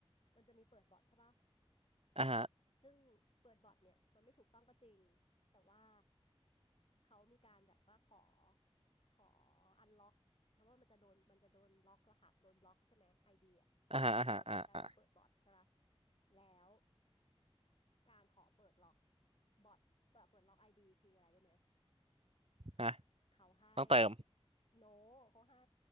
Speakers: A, on the left; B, on the right.
A: มันจะมีเปิดบอร์ดใช่ปะ
B: อ่ะฮะ
A: ซึ่งเปิดบอร์ดเนี่ยมันไม่ถูกต้องก็จริงแต่ว่าเขามีการแบบว่าขอขออันล็อกเพราะว่ามันจะโดนมันจะโดนล็อกรหัสโดนบล็อกใช่ไหมไอเดียถ้าเขาจับได้ว่าเปิดบอร์ดใช่ปะ
B: อ่ะฮะอ่ะฮะอ่ะอ่ะ
A: แล้วการขอเปิดล็อกบอร์ดแบบเปิดล็อกไอดีคืออะไรรู้ไหม
B: ฮะ
A: เขาให้
B: ต้องเติม
A: โนเขาให้